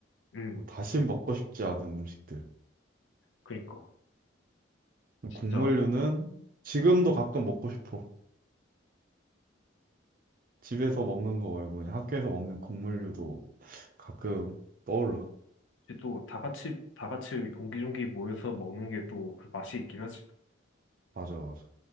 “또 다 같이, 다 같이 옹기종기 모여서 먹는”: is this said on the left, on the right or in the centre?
Left